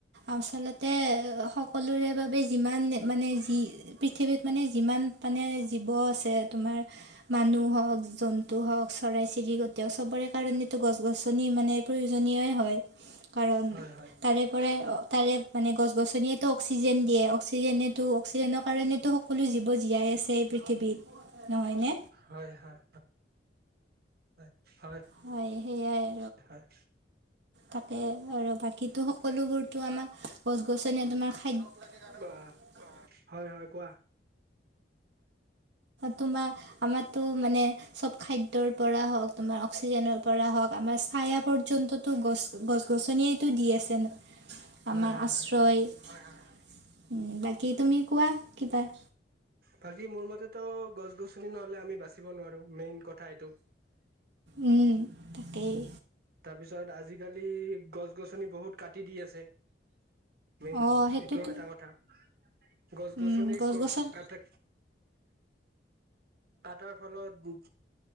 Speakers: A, on the right; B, on the right.
A: আচলতে সকলোৰে বাবে যিমান মানে যি পৃথিৱীত মানে যিমান মানে জীৱ আছে তোমাৰ। মানুহ হওক জন্তু হওক চৰাই চিৰিকতি হওক চবৰে কাৰণো গছ গছনি মানে প্ৰয়োজনীয়ই হয় কাৰণ
B: হয় হয়
A: তাৰেপই তাৰে মানে গছ গছনিয়েতো অক্সিজেন দিয়ে অক্সিজেনে অক্সিজেনৰ কাৰণো সকলো জৱ জীয়াই আছে এই পৃথিৱীত নহয়নে
B: হয় হয় হয় হয়
A: হয় সেইয়
B: হয়
A: তাকে আৰু বাকীো সকলোবোৰ টো আমাৰ গছ গছনি তোমাৰ খাদ
B: হয় হয় হয় কোৱা।
A: তোমাৰ আমাৰো মানে চব খাদ্যৰ পৰা হওক তোমাৰ অক্সিজেনৰ পৰা হওঁক আমাৰ চাইা পৰ্যন্তো গছ গছ গছনিয়টো দি আছে ন
B: হয়
A: আমাৰ
B: হয়
A: আশ্ৰয়
B: হয়
A: বাকী তুমি কোৱা কিবাৰ
B: বাকী মোৰ মতেতো গছ গছনি নহ'লে আমি বাচিব নোৱাৰো মেইন কথা এইটো
A: উম তাকেই
B: তাৰপিছত আজিকালি গছ গছনি বহুত কাটি দি আছে। মেইন
A: অ সেইটোতো
B: এইটোও এটা কথা গছ-গছনি
A: উম গছ
B: ক
A: গছন
B: কাটা আটাৰ ফলত